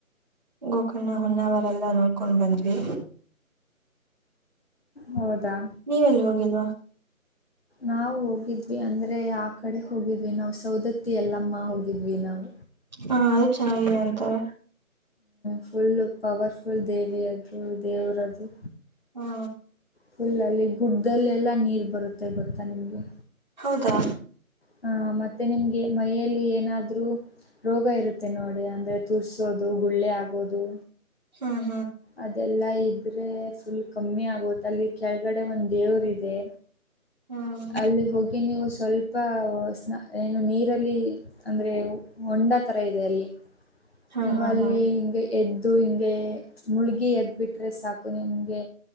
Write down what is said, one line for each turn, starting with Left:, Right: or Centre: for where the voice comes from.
Right: ಗೋಕರ್ಣ ಹೊನ್ನಾವರ ಎಲ್ಲ ನೋಡ್ಕೊಂಡ್ ಬಂದ್ವಿ
Left: ಹೌದಾ
Right: ನೀವೆಲ್ಲಿ ಹೋಗಿಲ್ವಾ
Left: ನಾವು ಹೋಗಿದ್ವಿ ಅಂದ್ರೆ ಆ ಕಡೆ ಹೋಗಿದ್ವಿ ನಾವು ಸೌದತ್ತಿ ಎಲ್ಲಮ್ಮ ಹಾ ಹೋಗಿದ್ವಿ ನಾವು
Right: ಹಾ ಅದು ಚೆನ್ನಾಗಿದೆ ಅಂತಾರೆ
Left: ಫುಲ್ ಪವರ್ ಫುಲ್ ದೇವಿ ಅದರು ದೇವರಾದ್ರು
Right: ಹಾ
Left: ಫುಲ್ಲಲ್ಲಿ ಗುಡ್ಡ್ದಲ್ಲೆಲ್ಲ ನೀರು ಬರುತ್ತೆ ಗೊತ್ತಾ ನಿಮಗೆ
Right: ಹೌದಾ
Left: ಹ ಮತ್ತೆ ನಿಮಗೆ ಮೈಯಲ್ಲಿ ಏನಾದ್ರು ರೋಗ ಇರುತ್ತೆ ನೋಡಿ ಅ ಅಂದ್ರೆ ತುರ್ಸೋದು ಗುಳ್ಳೆ ಆಗೋದು
Right: ಹಾ
Left: ಅದೆಲ್ಲಾ ಇದ್ರೆ ಫುಲ್ ಕಮ್ಮಿ ಆಗುತ್ತೆ ಅಲ್ಲಿ ಕೆಳಗಡೆ ಒಂದು ದೇವರು ಇದೆ
Right: ಹ್ಮ್
Left: ಅಲ್ಲಿ ಹೋಗಿ ನೀವು ಸ್ವಲ್ಪ ಏನು ನೀರಲ್ಲಿ ಅಂದ್ರೆ ಹೊಂಡ ಯಾವ ತರ ಇದೆ ಅಲ್ಲಿ
Right: ಹಾ
Left: ನೀವು
Right: ಹಾ
Left: ಅಲ್ಲಿ
Right: ಹಾ
Left: ಹಿಂಗೆ ಎದ್ದು ಹಿಂಗೆ ಮುಳುಗಿ ಎದ್ದುಬಿಟ್ಟರೆ ಸಾಕು ನಿಮಗೆ